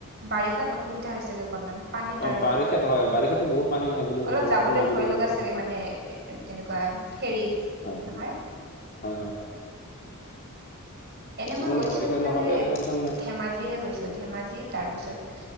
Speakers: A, on the right (about 50°); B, on the left (about 40°).
A: বাৰিষাত অসুবিধা হয় চাগৈ অকণমান? পানীৰ
B: অ
A: কাৰণে,
B: বাৰিষাত হয় বাৰিষাতো বহুত পানী হয় বুলি শুনিছো
A: অলপ
B: ব্ৰহ্মপুত্ৰৰ
A: যাবলৈ
B: মাজেদি
A: ভয়
B: যাব
A: লগা
B: লাগে
A: চাগে মানে। এ তেনেকুৱা ফেৰীত
B: হয়
A: নহয়?
B: হয়, হয়। হয়
A: এনে মই
B: মানে
A: গৈছো
B: বাৰিষা
A: সিফালে
B: নহ'লে আৰু টেনচন নাই
A: ধেমাজিহে গৈছো। ধেমাজিত তাৰপিছত,